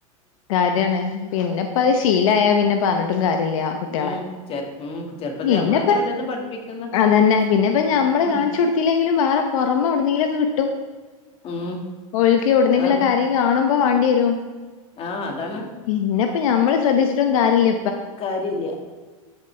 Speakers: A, on the left; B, on the left.
A: ക ടിആണ് പിന്നെ പ്പ അത് ശീലായ പിന്നെ പറഞ്ഞിട്ടും കാര്യല്ല കുട്ട്യാളെ
B: ഉം ചെറു ഉം ചെറുപ്പത്തിൽ
A: പിന്നപ്പ
B: നമ്മളന്നെ ഓരോന്ന് പഠിപ്പിക്കുന്ന്
A: അതന്നെ പിന്നെപ്പ നമ്മള്
B: ഉം ഉം
A: കാൺച്ചൊട് ത്തില്ലെങ്കിലും വേറെ പുറമെ എവിടുന്നെങ്കിലുക്കെ കിട്ടും
B: ഉം
A: ഓൽക്കെവിടുന്നെങ്കിലക്കെ
B: അതാണ്
A: ആരെങ്കിലും കാണുമ്പോ വേണ്ടി വരും
B: ആ അതാണ്
A: പിന്നെപ്പൊ ഞമ്മള് ശ്രദ്ധിച്ചിട്ടും കാര്യല്ല
B: കാര്യല്ല